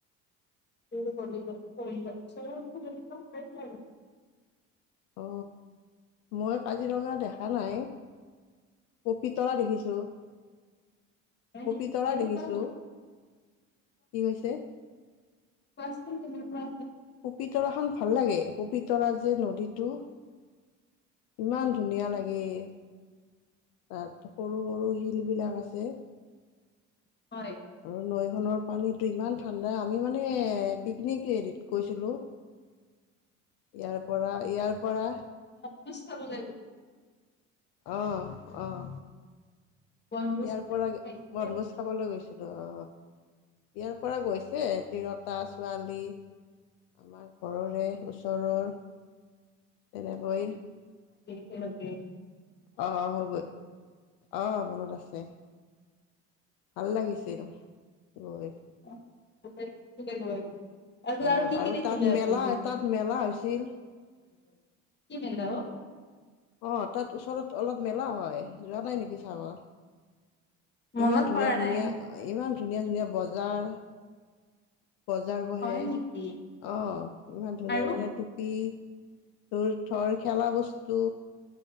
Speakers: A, on the left; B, on the left.
A: <unintelligible>
B: অ মই কাজিৰঙা দেখা নাই। পপিতৰা দেখিছো।
A: কেনেকুৱা
B: পপিতৰা দেখিছো
A: হয়
B: কি হৈছে।
A: কোৱাছোন কেনেকুৱা।
B: পপিতৰাখন ভাল লাগে পপিতৰা যে নদীটো ইমান ধুনীয়া লাগে। গে তাত সৰু সৰু শিল বিলাক আছে
A: হয়।
B: আৰু নৈখনৰ পানীতো ইমান ঠাণ্ডা আমি মানে পিকনিক হেৰিত গৈছিলোঁ ইয়াৰ পৰা ইয়াৰ পৰা।
A: ভোজ খাবলৈ।
B: অহ অহ
A: বনভোজ
B: ইয়াৰ পৰা
A: খাইছে
B: বনভোজ খাবলৈ গৈছিলোঁ। ছিলো অ ইয়াৰ পৰা গৈছে তিৰতা ছোৱালী আমাৰ। ঘৰৰে ওচৰৰ তেনেকৈ।
A: একেলকে।
B: অহ অহ হব অ মনত আছে। ভাল লাগিছিল গৈ।
A: <unintelligible> তাৰপিছত
B: অ
A: কি
B: আৰু
A: কি দেখিলে
B: তাত মেলা
A: আপুনি?
B: তাত মেলা হৈছিল।
A: কি মেলা অ।
B: অ তাত ওচৰত অলপ মেলা হয় যোৱা নাই নেকি। চাব
A: মনত
B: ইমান ধুনীয়া
A: পৰা
B: ধুনীয়া
A: নাই
B: বজাৰ ইমান ধুনীয়া ধুনীয়া বজাৰ। বজাৰ বহে
A: হয় নেকি
B: অ ইমান ধুনীয়া
A: আৰু
B: ধুনীয়া টুপি। তোৰ ধৰ খেলা বস্তু।